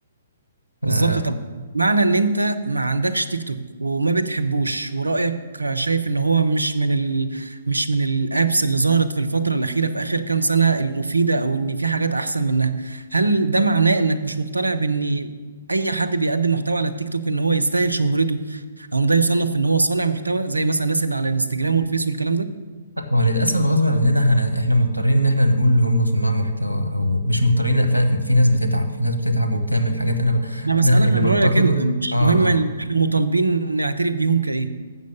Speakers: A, on the left (about 80°); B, on the right (about 80°).
A: آه،
B: بالظبط طب معنى ان انت ما عندكش تيك توك وما بتحبوش ورأيك شايف ان هو مش من ال... مش من الابس اللي ظهرت في الفترة الأخيرة في آخر كام سنة المفيدة او ان في حاجات احسن منها هل ده معناه انك مش مقتنع بان اي حد بيقدم محتوى على التيك توك ان هو يستاهل شهرته او إن ده يصنف ان هو صانع محتوى زي مثلا الناس اللي على الانستجرام والفيس والكلام ده
A: هو للأسف غصب عننا هن... احنا مضطرين ان احنا نقول اللي هم صناع محتوى او مش مضطرين لأ، فعلا في ناس بتتعب في ناس بتتعب وبتعمل حاجات انا ب...
B: انا بسألك
A: انا اللي
B: عن
A: بنتقده
B: رأيك انت مش
A: اه
B: مهم
A: اه
B: احنا مطالبين نعترف بيهم كايه